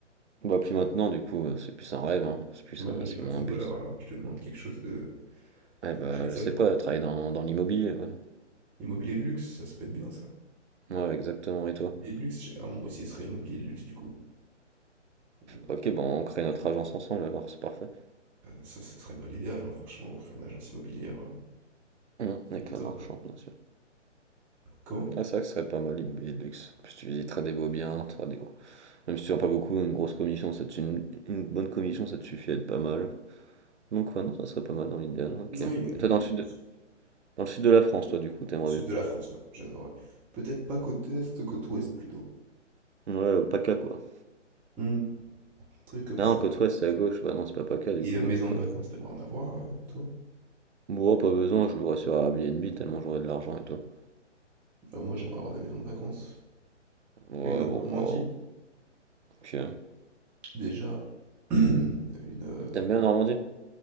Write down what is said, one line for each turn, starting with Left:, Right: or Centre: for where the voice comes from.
Right: Bah, plus maintenant, du coup, heu, c'est plus un rêve, hein, c'est plus
Centre: Bah,
Right: un
Centre: me dis
Right: c'est
Centre: pas
Right: moins
Centre: footballeur
Right: un but.
Centre: alors, je te demande quelque chose de
Right: Eh
Centre: de
Right: bah,
Centre: réalisable,
Right: je sais pas,
Centre: quoi.
Right: travailler dans dans l'immobilier, voilà.
Centre: Immobilier de luxe, ça ça peut être bien ça.
Right: Ouais, exactement et toi?
Centre: Et le luxe, j'ai- ah, moi aussi, ce serait immobilier de luxe, du coup. Heu,
Right: OK, bah, on crée notre agence ensemble alors, c'est parfait.
Centre: ça, ce serait dans l'idéal, hein, franchement, ouvrir une agence immobilière, heu,
Right: Mmh, avec
Centre: ce le top,
Right: la marchande,
Centre: hein.
Right: bien sûr.
Centre: Comment?
Right: Ah, c'est vrai que ce serait pas mal l'immobilier de luxe. puis tu visiteras des beaux biens, t'auras des gros. Même si tu n'as pas beaucoup, une grosse commission, ça te- une, une bonne commission, ça te suffit à être pas mal. Donc ouais, non, ça serait pas mal dans l'idéal, ok.
Centre: Ouais,
Right: Et
Centre: immobilier
Right: toi dans le
Centre: de
Right: sud
Centre: luxe.
Right: de, dans le sud de la France, toi du coup, t'aimerais
Centre: Sud
Right: bien.
Centre: de la France, ouais, j'adorerais. Peut-être pas côte est, côte ouest, plutôt.
Right: Ouais, euh, PACA quoi.
Centre: Mmh, truc comme
Right: Ah Non,
Centre: ça.
Right: côte ouest c'est à gauche, bah non c'est pas PACA du
Centre: Et
Right: coup.
Centre: heu, maison
Right: Euh,
Centre: de vacances, t'aimerais en avoir, heu, toi?
Right: Bon, pas besoin, je l'aurais sur Airbnb tellement j'aurais de l'argent et toi.
Centre: Ah, moi, j'aimerais avoir des maisons de vacances.
Right: Ouais,
Centre: Une en Normandie,
Right: bon, wow, ok.
Centre: déjà. <clears throat> Une, heu,
Right: T'aimes bien Normandie?